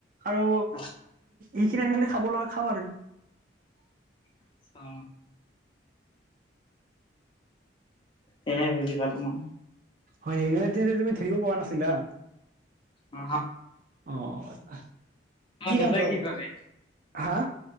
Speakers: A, on the right; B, on the left.
A: আৰু
B: আচ্ছা
A: এইখিনি আনিলে খাব লাগে খাওঁ আৰু।
B: আচ্ছা। কেনে বুজি ভালো মই।
A: হয় এইতি তুমি ধৰিব পৰা নাছিলা।
B: অ
A: অ
B: আ দেউতাই
A: কাম কৰা
B: কি
A: বাৰু তুমি?
B: কৰে?
A: হা